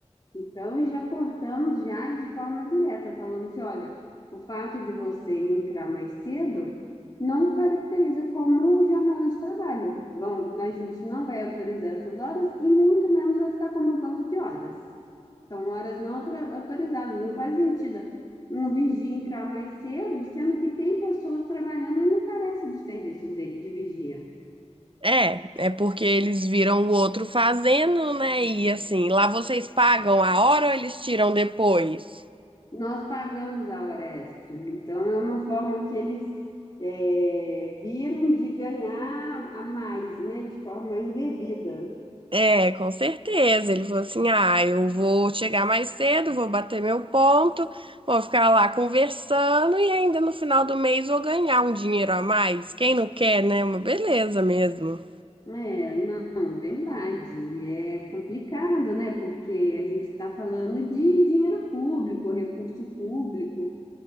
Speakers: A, on the left (about 35°); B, on the right (about 45°).
A: Então, e já cortamos já de forma direta, falando assim, olha, o fato de você entrar mais cedo não caracteriza como jornada de trabalho. Bom, a gente não vai autorizar essas horas e muito menos vai ficar como um banco de horas. São horas não autora- autorizadas, não faz sentido um vigia entrar mais cedo, sendo que tem pessoas trabalhando e não carece dos serviços dele de vigia.
B: É, é porque eles viram o outro fazendo, né? E assim, lá vocês pagam a hora ou eles tiram depois?
A: Nós pagamos a hora extra. Então, é uma forma que eles é, viram de ganhar a mais, né? De forma indevida.
B: É, com certeza. Ele falou assim: ah, eu vou chegar mais cedo, vou bater meu ponto, vou ficar lá conversando e ainda no final do mês vou ganhar um dinheiro a mais. Quem não quer, né? Uma beleza mesmo.
A: É, não, verdade. É complicado, né? Porque a gente está falando de dinheiro público, recurso público.